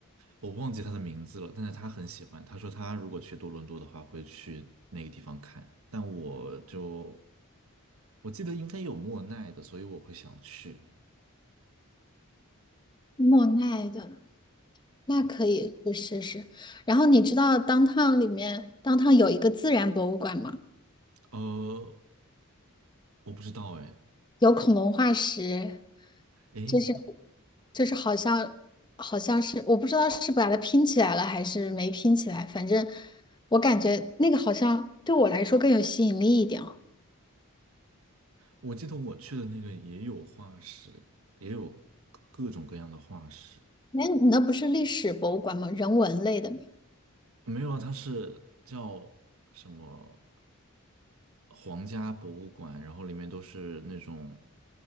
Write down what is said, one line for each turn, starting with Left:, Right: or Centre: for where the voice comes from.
Right: 我忘记他的名字了，但是他很喜欢。他说他如果去多伦多的话，会去那个地方看。但我就我记得应该有莫奈的，所以我会想去。
Left: 莫奈的，那可以去试试。
Right: 对，
Left: 然后你知道 downtown 里面 downtown 有一个自然博物馆吗？
Right: 呃，我不知道哎。
Left: 有恐龙化石，
Right: 诶，
Left: 就是就是好像好像是我不知道是把它拼起来了还是没拼起来，反正我感觉那个好像对我来说更有吸引力一点哦。
Right: 我记得我去的那个也有化石，也有各种各样的化石。
Left: 哎，你那不是历史博物馆吗？人文类的吗？
Right: 没有啊，它是叫什么皇家博物馆，然后里面都是那种，